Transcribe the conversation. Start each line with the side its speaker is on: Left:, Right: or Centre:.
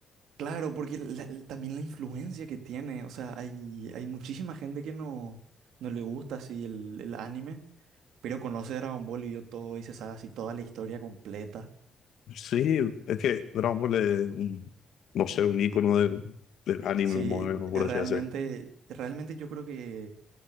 Right: Claro, porque la- el- también la influencia que tiene, o sea, hay, hay muchísima gente que no, no le gusta así el, el anime, pero conoce Dragon Ball y vio todo y se sabe así toda la historia completa.
Left: Sí, es que Dragon Ball es un, no sé, un icono del, del anime
Right: Sí,
Left: moderno, por
Right: eh, realmente,
Left: así decirlo.
Right: realmente yo creo que